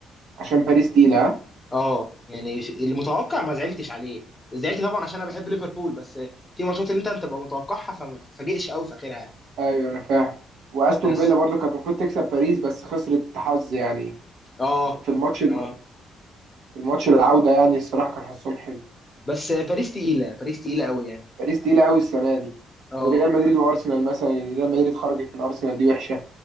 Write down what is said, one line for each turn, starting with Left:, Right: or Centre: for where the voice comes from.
Right: عشان باريس تقيلة ها
Left: اه يعني في- المتوقع ما زعلتش عليه زعلت طبعا عشان انا بحب ليفربول بس في ماتشات اللي انت بتبقى متوقعها فما تتفاجئش قوي في اخرها يعني
Right: ايوه انا فاهم واستون
Left: بس
Right: فيلا برضه كانت المفروض تكسب باريس بس خسرت حظ يعني
Left: اه
Right: في الماتش في
Left: اه
Right: الماتش العودة يعني الصراحة كان حظهم حلو
Left: بس باريس تقيله باريس تقيله قوي يعني
Right: باريس تقيلة قوي السنة دي
Left: اه
Right: وريال مدريد وأرسنال مثلا يعني ريال مدريد خرجت من أرسنال دي وحشة